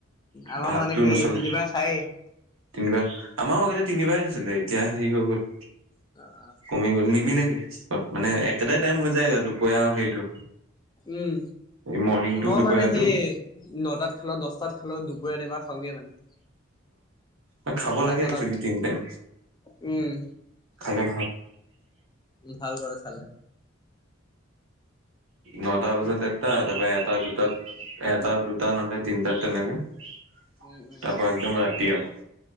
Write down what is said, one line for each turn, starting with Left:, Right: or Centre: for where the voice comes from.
Left: আমাৰ
Right: ভাতটো
Left: মানে সেই
Right: নচলে
Left: তিনিবাৰ খায়।
Right: তিনিবাৰ, আমাৰ আগতে তিনিবাৰে আছিলে এতিয়া হেৰি হৈ গ'ল।
Left: অ'।
Right: কমি গ'ল নিমিলেগেত মানে একেটাই টাইম হৈ যায়গে আৰু দুপৰীয়া আৰু হেৰিটো।
Left: উম,
Right: মৰ্ণিংটো
Left: মই
Right: দুপৰীয়াটো
Left: মানে সেই নটাত খেলা দহটাত খেলোও দুপৰাত এবাৰ খাওঁগে মানে।
Right: অ খাব
Left: তাৰ
Right: লাগে
Left: ফল,
Right: একচুৱেলি তিনি টাইম
Left: উম।
Right: খালে ভাল
Left: উ ভাল বাল খালে।
Right: নটা বজাত দেৰটা তাৰপৰা এটা দুটাত। এটা দুটা নহলে তিনটাত তেনেকে তাৰ
Left: উম উম
Right: পৰা একদম ৰাতি আৰু।